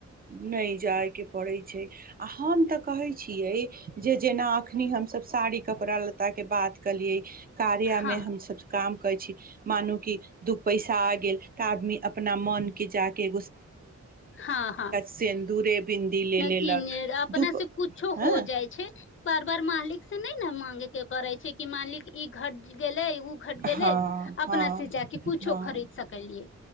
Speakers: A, on the right (about 30°); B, on the left (about 45°).
A: नई जायके पड़ै छैय हम तऽ कहै छियै जे जेना एखनी हमसभ साड़ी कपड़ा लत्ताके बात कलियै कार्या
B: हँ
A: मे हमसब काम करै छी मानू की दू पैसा आ गेल तऽ आदमी अपना मन के जाक के
B: हां हां
A: सेन्दूरे बिन्दी ले
B: नई
A: लेलक
B: किने अपना
A: दू
B: से कुछो
A: हँ
B: हो जाइ छैय बार बार मालिक से नई ने मांगे के पड़ै छैय कि मालिक ई घट गेलै ओ घट गेलै
A: हँ हँ
B: अपना से जाक कुछो
A: हँ
B: खरीद सकलियै